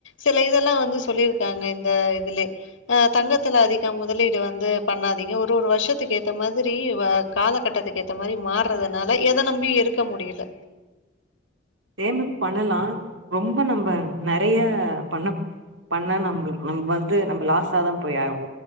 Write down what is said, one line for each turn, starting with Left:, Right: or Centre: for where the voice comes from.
Left: சில இதெல்லா வந்து சொல்லிருக்காங்க இந்த இதுலே அ தங்கத்துல அதிகம் முதலீடு வந்து பண்ணாதீங்க ஒரு ஒரு வருஷத்துக்கு ஏத்த மாதிரி வ காலகட்டத்துக்கு ஏத்த மாதிரி மாறதுனால எத நம்பியு இருக்க முடியல
Right: சேமிப்பு பண்ணலா ரொம்ப நம்ப நெறையா பண்ண பண்ணா நம்பளு நம்ம வந்து நம்ம லாஸாதா போய் ஆவோ